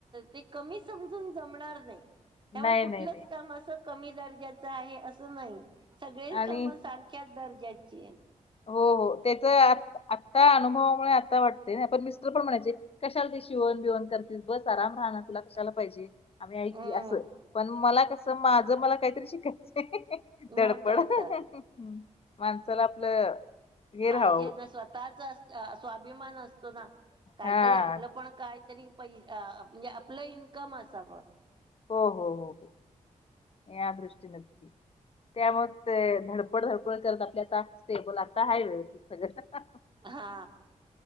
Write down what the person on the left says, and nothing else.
नाही
नाही नाही
आणि
हो. हो. त्याच आ आता अनुभवामुळे आता वाटते. <unintelligible> मिस्टर पण म्हणायचे- कशाला ते शिवण बिवण करतीस. बस आराम <unintelligible> तुला कशाला पाहिजे. आम्ही ऐ
क असं. पण मला कसं माझं मला काहीतरी शिकायचय. धडपड
<unintelligible>
माणसाला. आपलं हे
राहावं
हा
हो. हो. हो. हो. म या दृष्टीन <unintelligible> त्यामुळेच ते धडपड धडपड करत आपल्या आता स्टेबल आता आहे व्यवस्थित. सगळ.